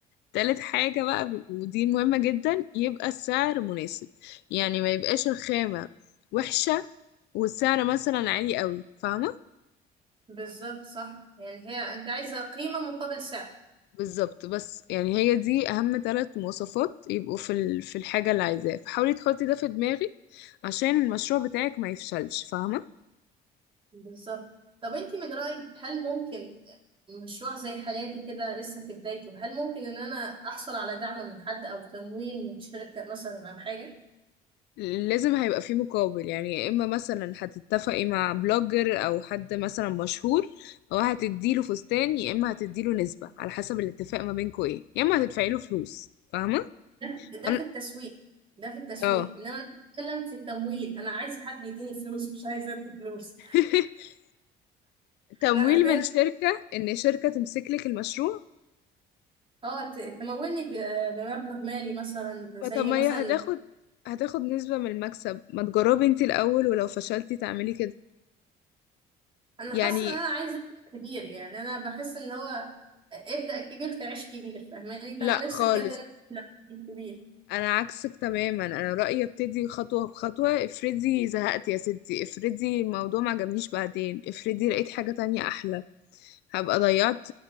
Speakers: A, on the left; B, on the right.
A: تالت حاجة بقى ب- ودي مهمة جدا يبقى السعر مناسب يعني ما يبقاش الخامة وحشة والسعر مثلا عالي قوي فاهمة
B: بالظبط صح يعني هي أنت عايزة قيمة مقابل سعر
A: بالظبط بس يعني هي دي اهم ثلاث مواصفات يبقوا في ال... في الحاجه اللي عايزاها فحاولي تحطي ده في دماغك عشان المشروع بتاعك ما يفشلش فاهمه
B: بالظبط طب انت من رأيك هل ممكن مشروع زي حالاتي كده لسه في بدايته هل ممكن ان انا احصل على دعم من حد او تمويل من شركة مثلا او حاجة
A: لازم هيبقى فيه مقابل يعني يا اما مثلا هتتفقي مع بلوجر او حد مثلا مشهور هو هتديله فستان يا اما هتديله نسبه على حسب الاتفاق ما بينكوا ايه يا اما هتدفعي له فلوس فاهمه
B: ده
A: أنا-
B: في التسويق ده في التسويق
A: اه
B: انما انا بتكلم في التمويل انا عايز حد يديني فلوس مش عايزه ادي فلوس
A: <laughs> تمويل
B: فلا بجد
A: من شركه ان شركه تمسك لك المشروع
B: اه ت- تمولني ب- بمبلغ مالي مثلا زي
A: ما طب ما هي
B: مثلا
A: هتاخد هتاخد نسبة من المكسب ما تجربي انتي الأول ولو فشلتي تعملي كده
B: انا
A: يعني
B: حاسه ان انا عايزه أبدأ كبير يعني انا بحس ان هو ابدأ كبير تعيش كبير فاهماني
A: لا
B: فانا نفسي
A: خالص
B: بجد ان انا ابدأ كبير
A: أنا عكسك تماما أنا رأيي ابتدي خطوة بخطوة افرضي زهقت يا ستي افرضي الموضوع ما عجبنيش بعدين افرضي لقيت حاجة تانية أحلى هبقى ضيعت